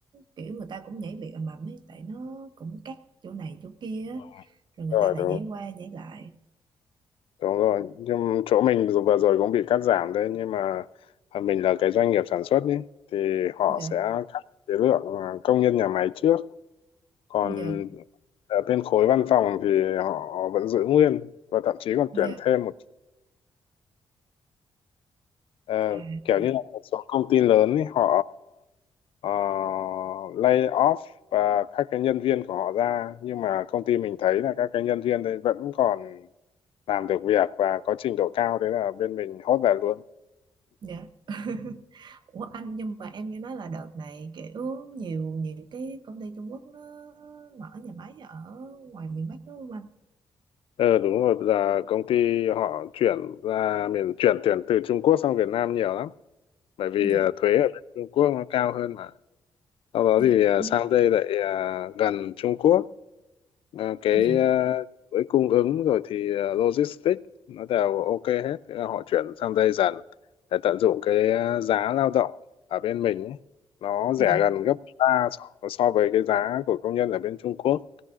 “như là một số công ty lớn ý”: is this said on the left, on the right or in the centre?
Left